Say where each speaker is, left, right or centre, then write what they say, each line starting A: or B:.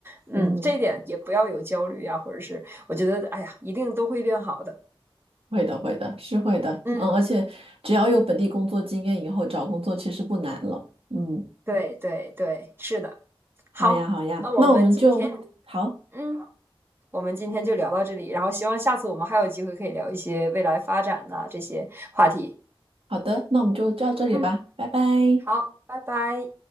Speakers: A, on the right; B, on the right.
A: 嗯，
B: 嗯。
A: 这一点也不要有焦虑呀、啊或者是我觉得，哎呀，一定都会变好的。
B: 会的，会的，是会的，
A: 嗯，
B: 嗯，而且只要有本地工作经验，以后找工作其实不难了。嗯，
A: 对对对，是的。好，
B: 好呀，好呀，
A: 那我们今天，
B: 那我们就好，
A: 嗯，我们今天就聊到这里，然后希望下次我们还有机会可以聊一些未来发展呐、这些话题。
B: 好的，那我们就到这里吧，
A: 嗯，
B: 拜拜。
A: 好，拜拜。